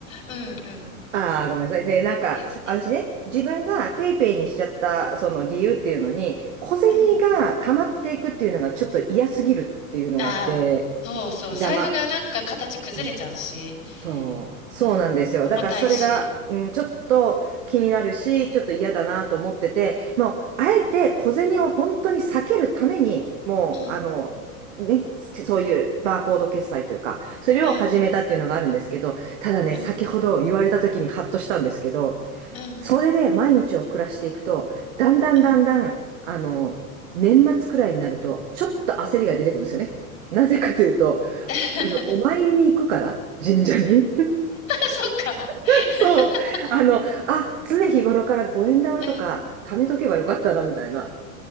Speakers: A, on the left; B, on the right.
A: うんうん。
B: ああ、ごめんなさい。で、なんか、
A: いい
B: 私ね、自分がペイペイにしちゃった、その理由っていうのに、小銭が溜まっていくっていうのがちょっと嫌すぎるっていうのがあって、
A: うん。ああ、そうそう。
B: 邪魔。
A: 財布がなんか形崩れちゃうし、
B: うんそう、そうなんですよ。
A: うん。重たいし。
B: だからそれが、うん、ちょっと気になるし、ちょっと嫌だなと思ってて、もう、あえて小銭を本当に避けるために、もう、
A: うん。
B: あの、ね、そういうバーコード決済というか、それを始めたっていうのがあるんですけど、
A: うんうんうん。
B: ただね、
A: うん
B: 先ほど言われた時にハッとしたんですけど、
A: うん
B: それで毎日を暮らしていくと、だんだんだんだん、
A: うん。
B: あの、年末くらいになると、ちょっと焦りが出てくるんですよね。なぜかというと、
A: <laughs>
B: あの、お参りに行くから、神社に。
A: そっか。
B: <laughs>
A: <laughs>
B: そう。あの、あ、常日頃から五円玉とか貯めとけばよかったな、
A: うん
B: みたいな、